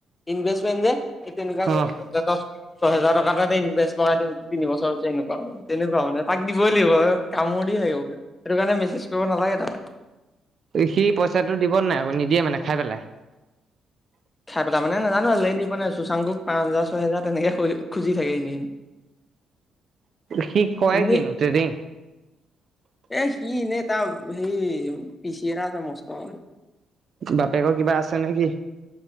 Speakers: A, on the left (about 20°); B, on the right (about 50°).
A: ইনভেষ্টমেণ্ট যে এই তেনেকুৱা কৰি
B: অ
A: থাকে। ছয় হোজাৰ টকা ততে ইনভেষ্ট কৰাই দিম তিন বছৰ এনেকুৱা তেনেকুৱা মানে তাক দিবই লাগিব আৰু কামো দি থাকে। সেইটো কাৰণে মেছেজ কৰিব নালাগে তালে।
B: সি পইচাটো দিব নে নাই আকৌ? নিদিয়ে মানে খাই পেলাই।
A: তাৰ মানে নাজানো দিব নে। চুশাংকুক পাঁচ হাজাৰ, ছয় হাজাৰ তেনেকে খুজি থাকে। এনেই
B: সি কয়
A: এনে
B: কিনো
A: ম,
B: ট্ৰেডিং
A: এ সিনে এটা হে পিচি এটা আছে মস্ত। <inaudible>
B: বাপেকৰ কিবা আছে নেকি?